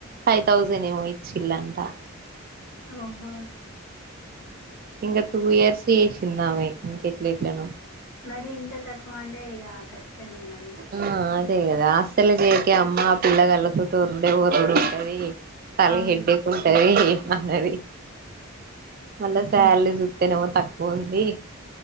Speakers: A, on the right; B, on the left.
A: ఫైవ్ థౌసండ్ ఏమో ఇచ్చిల్లంట
B: ఓహో
A: ఇంకా టూ ఇయర్స్ చేసిందామే ఇంకెట్లానో
B: మరి ఇంత తక్కువంటే ఇగ కష్టమే మరి
A: ఆ అదే అదా ఆసలు కేక అమ్మా పిల్గాళతోట్ ఉరుడి ఊరుడి ఉంటది తల
B: అవును.
A: హిడ్డేకుంటది అన్నది మళ్ళ సాలరీ చూత్తేనేమో తక్కువ ఉంది